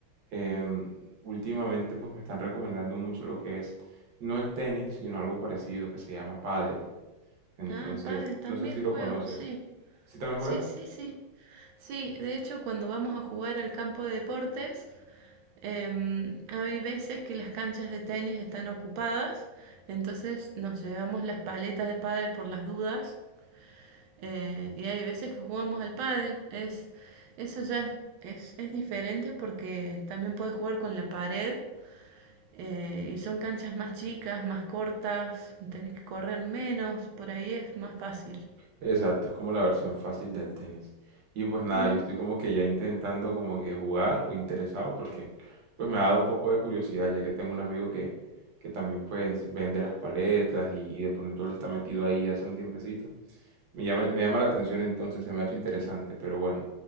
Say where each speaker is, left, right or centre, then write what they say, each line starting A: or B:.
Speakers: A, on the right; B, on the right.
A: em, últimamente pues me están recomendando mucho lo que es, no el tenis, sino algo parecido que se llama pádel. Entonces,
B: Ah, pádel también
A: no sé si
B: juego,
A: lo conoces.
B: sí.
A: ¿Sí también
B: Sí,
A: juegas?
B: sí, sí. Sí, de hecho cuando vamos a jugar al campo de deportes, em, hay veces que las canchas de tenis están ocupadas, entonces nos llevamos las paletas de pádel por las dudas eh, y hay veces que jugamos al pádel. Es, eso ya es, es, es diferente porque también puedes jugar con la pared eh, y son canchas más chicas, más cortas, tenés que correr menos, por ahí es más fácil.
A: Exacto, es como la versión fácil del tenis. Y pues nada,
B: Ujú,
A: yo estoy como que ya intentando como que jugar o interesado porque pues me ha dado un poco de curiosidad ya que tengo un amigo que, que también pues vende las paletas y, y de pronto le está metido ahí ya hace un tiempecito. Me llama, me llama la atención entonces, se me ha hecho interesante, pero bueno,